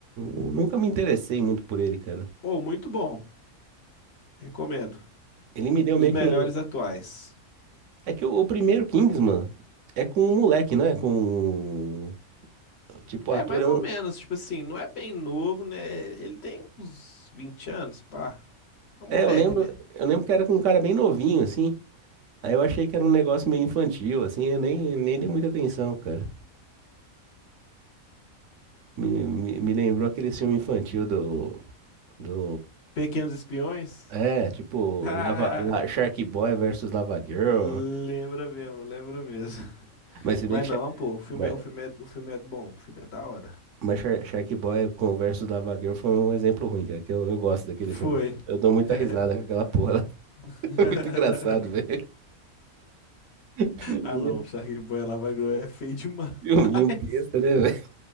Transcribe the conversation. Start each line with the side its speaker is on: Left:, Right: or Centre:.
Right: nunca me interessei muito por ele, cara.
Left: Ou muito bom, recomendo.
Right: Ele me deu
Left: Um dos
Right: meio
Left: melhores
Right: que.
Left: atuais.
Right: É que o, o primeiro Kingsman é com um moleque, né? Com. Tipo,
Left: É,
Right: o ator
Left: mais
Right: é
Left: ou
Right: um.
Left: menos, tipo assim, não é bem novo, né? Ele tem uns 20 anos, pá. É um
Right: É,
Left: moleque,
Right: eu lembro,
Left: né?
Right: eu lembro que era com um cara bem novinho, assim. Aí eu achei que era um negócio meio infantil, assim, eu nem, nem dei muita atenção, cara. Me, me, me lembrou aquele filme infantil do, do...
Left: Pequenos Espiões?
Right: É, tipo,
Left: <laughs> Ah,
Right: Lava, La- Shark Boy versus Lava Girl.
Left: lembra mesmo, lembra mesmo. <laughs>
Right: Mas se
Left: Mas
Right: bem que,
Left: não,
Right: Sha-
Left: pô, o filme,
Right: ma-
Left: é- o filme é, o filme é bom, o filme é da hora.
Right: Mas Shark Shark Boy com o versus Lava Girl foi um exemplo ruim, cara, que eu, eu gosto daquele
Left: Foi.
Right: filme. Eu dou muita
Left: É.
Right: risada com aquela porra lá. <laughs>
Left: <laughs>
Right: É Muito engraçado, velho. Filminho,
Left: Ah não, o Sharkboy Lava Girl é feio demais. <laughs>
Right: filminho besta, né, velho?